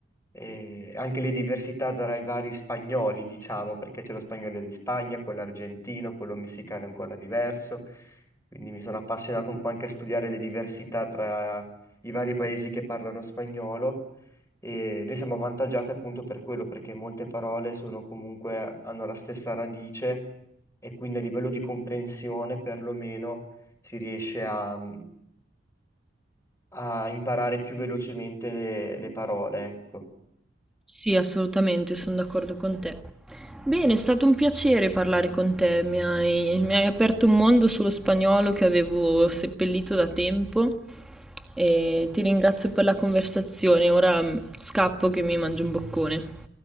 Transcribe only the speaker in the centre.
Sì, assolutamente, sono d'accordo con te. Bene, è stato un piacere parlare con te, mi hai, mi hai aperto un mondo sullo spagnolo che avevo seppellito da tempo e ti ringrazio per la conversazione. Ora mm, scappo che mi mangio un boccone.